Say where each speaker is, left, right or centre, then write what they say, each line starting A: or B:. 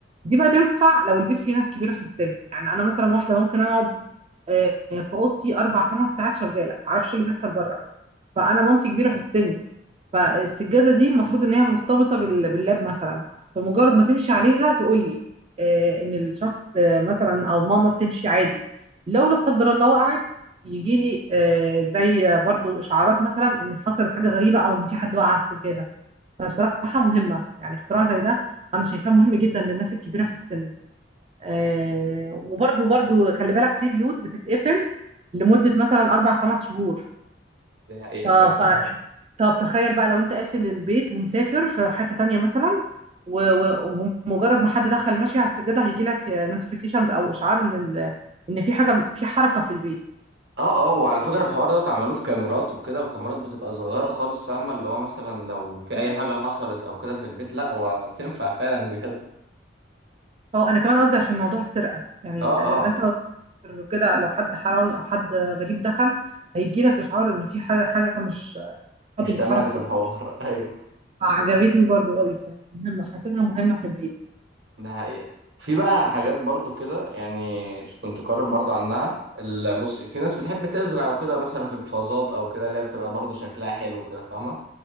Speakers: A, on the right (about 30°); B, on the right (about 70°).
A: دي بقى تنفع لو البيت فيه ناس كبيره في السن يعني انا مثلا واحده ممكن اقعد آه، في اوضتي اربع خمس ساعات شغاله معرفش إيه اللي بيحصل بره فانا مامتي كبيره في السن فالسجاده دي المفروض ان هي مرتبطه بال- باللاب مثلا فمجرد ما تمشي عليها تقول لي آه، ان الشخص آه، مثلا او ماما بتمشي عادي لو لا قدر الله وقعت يجي لي آه، زي برضو اشعارات مثلا ان حصلت حاجه غريبه او ان في حد وقع على السجاده فصراحه مهمه يعني اختراع زي ده انا شايفاه مهم جدا للناس الكبيره في السن آه، وبرضو برضو خلي بالك في بيوت بتتقفل لمده مثلا اربع خمس شهور
B: ده حقيقه
A: ف... ف...
B: فعلا
A: طب تخيل بقى لو انت قافل البيت ومسافر في حتة تانية مثلا و- و- ومجرد ما حد دخل ماشي على السجادة هيجي لك نوتيفيكيشنز او اشعار ان ال- ان في حاجة في حركة في البيت
B: اه اه وعلى فكره الحوار ده اتعملوه في كاميرات وكده وكاميرات بتبقى صغيره خالص فاهمه اللي هو مثلا لو في
A: آه.
B: اي حاجه حصلت او كده في البيت لا وتنفع فعلا بجد
A: او انا كمان قصدي عشان موضوع السرقة يعني
B: اه
A: لو
B: آه.
A: انت كده لو حد حرامي او حد غريب دخل هيجي لك اشعار ان في ح- حاجة مش حد
B: مش
A: بيتحرك
B: تمام
A: في
B: في
A: وسط
B: الحوار
A: البيت.
B: <laughs> ايوه
A: عجبتني برضو قوي بصراحة مهمة حسيتها مهمة في البيت
B: ده حقيقة في بقى حاجات برضو كده يعني ش- كنت قارئ برضو عنها ال- بص في ناس بتحب تزرع وكده مثلا في الفازات او كده اللي هي بتبقى برضو شكلها حلو وكده فاهمة